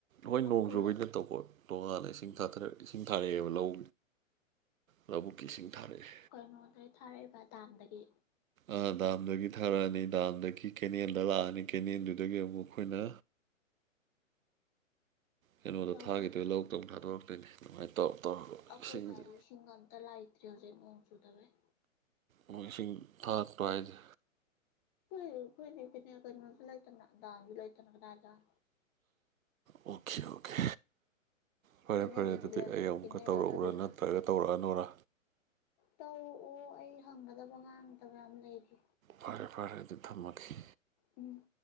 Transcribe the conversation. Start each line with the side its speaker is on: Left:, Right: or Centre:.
Right: ꯍꯣꯏ ꯅꯣꯡ
Left: ꯑꯩꯈꯣꯏ
Right: ꯆꯨꯕꯩꯩꯅ ꯇꯧꯕꯥ ꯇꯣꯉꯥꯟꯅ ꯏꯁꯤꯡ ꯊꯥꯊꯔꯛ ꯏꯁꯤꯡ ꯊꯥꯔꯛꯑꯦꯕ ꯂꯧ ꯂꯧꯕꯨꯛꯀꯤ ꯏꯁꯤꯡ ꯊꯥꯔꯛꯑꯦ
Left: ꯀꯩꯅꯣꯗꯩꯩ ꯊꯥꯔꯛꯏꯕ ꯗꯥꯝꯗꯒꯤ
Right: ꯑꯥ ꯗꯥꯝꯗꯒꯤ ꯊꯥꯔꯛꯑꯅꯤ ꯗꯥꯝꯗꯒꯤ ꯀꯦꯅꯦꯜꯗ ꯂꯥꯛꯑꯅꯤ ꯀꯦꯅꯦꯜꯗꯨꯗꯒꯤ ꯑꯃꯨꯛ ꯑꯩꯈꯣꯏꯅ ꯀꯩꯅꯣꯗꯣ
Left: ꯂꯧꯗ
Right: ꯊꯥꯈꯤꯗꯣꯏ ꯂꯧꯗꯧ ꯊꯥꯗꯣꯔꯛꯇꯣꯏꯅꯦ ꯑꯗꯨꯃꯥꯏ ꯇꯧꯔ ꯇꯧꯔꯒ
Left: ꯑꯈꯣꯏ
Right: ꯏꯁꯤꯡꯁꯦ
Left: ꯁꯥꯏꯗꯤ ꯏꯁꯤꯡꯒꯥ ꯑꯝꯇꯥ ꯂꯥꯏꯇ꯭ꯔꯤ ꯍꯧꯖꯤꯛ ꯅꯣꯡ ꯆꯨꯗꯕꯩ
Right: ꯃꯣꯏ ꯏꯁꯤꯡ ꯊꯥꯔꯛꯇꯔꯣ ꯍꯥꯏꯁꯦ
Left: ꯑ‌ꯦ ꯑꯩꯈꫭꯏꯗꯤ ꯀ‌ꯦꯅ‌‌ꯦꯜ ꯀꯩꯅꯣꯖꯨ ꯂꯩꯇꯅꯥ ꯗꯝꯖꯨ ꯂꯩꯇꯅꯥ ꯀꯗꯥꯏꯗꯥ
Right: ꯑꯣꯀꯦ ꯑꯣꯀꯦ ꯐꯔꯦ
Left: ꯀꯦꯅꯦꯜꯕꯨꯗꯤ
Right: ꯐꯔꯦ ꯑꯗꯨꯗꯤ
Left: ꯂꯩꯕꯅꯤ
Right: ꯑꯩ ꯑꯃꯨꯛꯀ
Left: ꯀꯦꯅꯦꯜꯂ
Right: ꯇꯧꯔꯛꯎꯔꯥ
Left: ꯇꯨꯔꯦꯜꯂ
Right: ꯅꯠꯇ꯭ꯔꯒꯥ
Left: ꯈꯪꯗꯦ
Right: ꯇꯧꯔꯛꯑꯅꯣꯔꯥ
Left: ꯇꯧꯑꯣ ꯑꯩ ꯍꯪꯒꯗꯕ ꯉꯥꯡꯗꯕ ꯌꯥꯝ ꯂꯩꯔꯤ
Right: ꯐꯔꯦ ꯐꯔꯦ ꯑꯗꯨꯗꯤ ꯊꯝꯃꯒꯦ
Left: ꯎꯝ